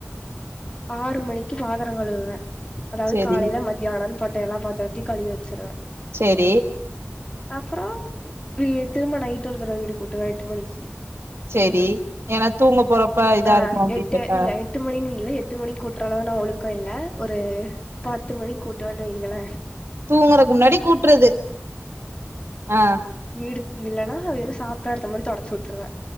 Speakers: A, on the left; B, on the right.
A: ஆறு மணிக்கி பாத்ரோ கழுவுவே அதாவது
B: சரி,
A: காலைல மத் த்யானன் போட்ட எல்லா பாத்ரத்யு கழுவி வச்சுருவே
B: சேரி
A: அப்புறோ திரும நைட்டு ஒருத்தரைவை வீடு கூட்டுவே எட்டு மணிக்கு
B: சேரி ஏன்னா தூங்க போறப்பா இதா
A: ஆ
B: இருக்கு அப்டின்
A: எட்டு
B: ட்றல
A: இல்ல எட்டு மணின்னு இல்ல எட்டு மணிக்கு கூட்டுற அளவு நா ஒழுக்கம் இல்ல ஒரு பத்து மணி கூட்டு வணு வைங்கள
B: தூங்குறக்கு முன்னாடி கூட்டறது ஆ
A: வீடு இல்லன்னா வெறு சாப்பாடுற எடத்த மட்டு தொடச்சி விட்டுருவே